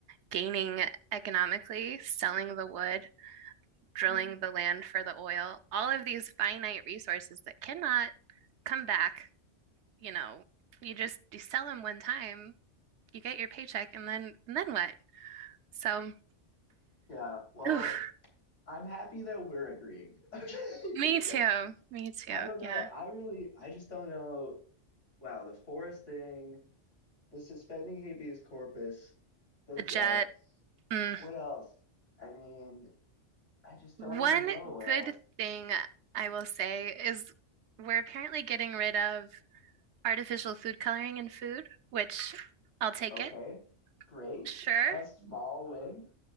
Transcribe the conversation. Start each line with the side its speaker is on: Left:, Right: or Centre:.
Right: gaining economically, selling the wood, drilling
Left: Hmm.
Right: the land for the oil, all of these finite resources that cannot come back, you know, you just you sell them one time, you get your paycheck, and then and then what? So,
Left: Yeah, well,
Right: oof,
Left: I'm happy that we're agreeing. <laughs> Okay,
Right: me
Left: because
Right: too, me too.
Left: I don't know.
Right: Yeah,
Left: I really, I just don't know. Wow, the Forrest thing, the suspending habeas corpus, the
Right: the
Left: Jets.
Right: jet. Mm.
Left: What else? I mean, I just
Right: One
Left: don't even know what
Right: good
Left: else.
Right: thing I will say is we're apparently getting rid of artificial food coloring in food, which I'll take
Left: Okay,
Right: it.
Left: great.
Right: Sure.
Left: A small win.